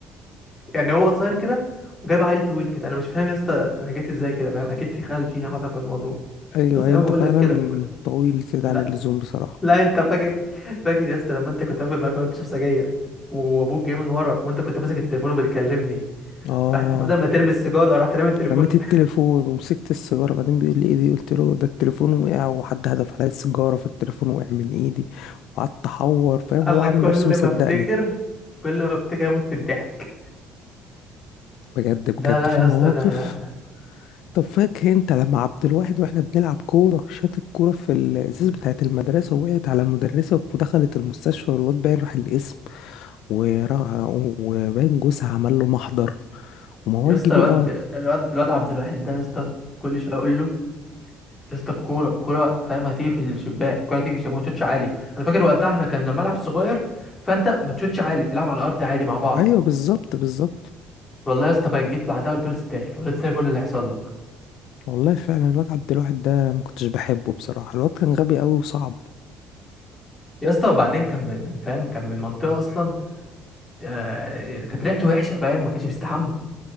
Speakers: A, on the left; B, on the left.
A: يعني هو قصير كده وجاب عيل طويل كده انا مش فاهم يا اسطى انا جيت ازاي كده فاهم اكيد في خلل جيني حصل في الموضوع
B: ايوه
A: بس زي
B: أيوة،
A: ما
B: انت
A: بقول
B: فعلا
A: لك كده
B: طويل زيادة
A: لا
B: عن اللزوم بصراحة
A: لا انت فاكر فاكر يا اسطى لما انت كنت قافل البلكونه بتشرب سجاير وابوك جاي من ورا وانت كنت ماسك التليفون وبتكلمني
B: اه
A: رحت بدل ما ترمي السيجاره رحت رامي التليفون
B: رميت التليفون ومسكت السيجارة بعدين بيقول لي ايه دي قلت له ده التليفون وقع وحد هدف عليا السيجارة فالتليفون وقع من ايدي وقعدت احور فاهم
A: <laughs>
B: هو
A: انا
B: عامل
A: كل
B: نفسه مصدقني
A: ما افتكر كل ما افتكر اموت من الضحك
B: بجد بجد
A: لا لا
B: في
A: يا
B: مواقف
A: اسطى ده ده
B: طب فاكر انت لما عبد الواحد واحنا بنلعب كورة شات الكورة في الازاز بتاعة المدرسة ووقعت على المدرسة ودخلت المستشفى والواد باين راح القسم ورا- وباين جوزها عمل له محضر وموال
A: يا اسطى
B: كبير
A: الواد
B: قوي
A: الواد الواد عبد الواحد ده يا اسطى كل شويه اقول له يا اسطى الكوره الكوره فاهم هتيجي في الشباك الكوره هتيجي في الشباك ما تشوتش عالي انا فاكر وقتها احنا كان ملعب صغير فانت ما تشوتش عالي العب على الارض عادي مع بعض
B: ايوه بالظبط بالظبط
A: والله يا اسطى بقى جيت بعدها قلت له تستاهل ولا تستاهل كل اللي هيحصل لك
B: والله فعلا الواد عبد الواحد ده ما كنتش بحبه بصراحه الواد كان غبي قوي وصعب
A: يا اسطى وبعدين كان من- فاهم كان من منطقه اصلا آه كانت ريحته وحشه فاهم ما كانش بيستحمى